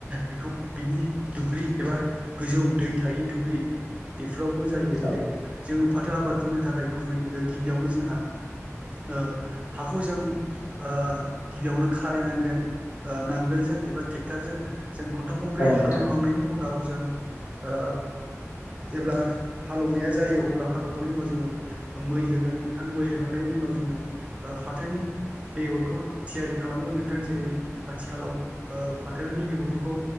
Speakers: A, on the right; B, on the left.
A: बेखौ बिनि दुब्लि एबा गोजौ दै थायि दुब्लि बेफोरावबो जायो
B: औ
A: जेरै जोङो फाथो आबादफोरनो थाखाय गुबै गिबियावनो जोंहा ओ हाखौ जों ओ गिबियावनो खारायनांगोन ओ नांगोलजों एबा थेकटरजों जों खन्थाम खनब्रै
B: औ नोंथां
A: हालौखांनायनि उनाव जों ओ जेब्ला हालेवनाया जायो अब्ला हालौवखांनायनि उनाव जोङो मै होगोन नोंथां मै होखांनायनि उनाव जोङो ओ फाथोनि बेगरखौ थियारि खालामोन नोंथां जेरै आथिखालाव ओ फाथोनि बेगरफोरखौ